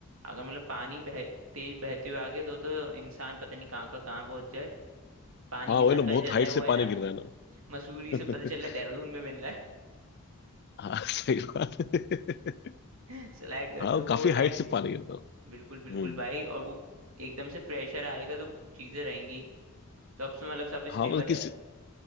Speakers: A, on the right; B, on the left.
A: अगर मतलब पानी बह तेज बहते हुए आगे तो तो इंसान पता नहीं कहाँ का कहाँ पहुंच जाए पानी
B: हाँ
A: के
B: वही
A: साथ
B: ना
A: पता
B: बहुत
A: चल
B: हाइट
A: रहा है
B: से
A: वो है
B: पानी
A: ना
B: गिर रहा है
A: <laughs> मसूरी
B: ना
A: से पता चल रहा है देहरादून
B: <laughs>
A: में मिल रहा
B: हाँ सही बात <laughs> है।
A: है <laughs> स्लाइड करते
B: हाँ
A: हुए वो
B: काफी
A: लाइक
B: हाइट से पानी गिरता
A: बिल्कुल
B: है।
A: बिल्कुल
B: हम्म
A: भाई और वो एकदम से प्रेशर आएगा तो चीजें रहेंगी तो अब से मतलब सब स्टेबल
B: हाँ मतलब किसी
A: है